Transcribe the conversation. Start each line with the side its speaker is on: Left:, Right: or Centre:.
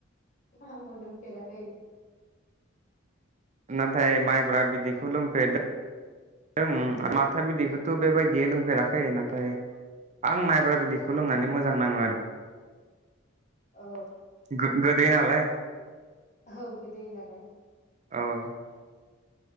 Left: आंबो लोंफेराखै
Right: नाथाय माइब्रा बिदैखौ लोंफेरदों माथा बिदैखौथ' बेबायदियै लोंफेराखै नाथाय आं माइब्रा बिदैखौ लोंनानै
Left: औ
Right: मोजां नाङो आरो <inaudible>
Left: औ
Right: गो गोदै नालाय
Left: हो गोदै नालाय
Right: औ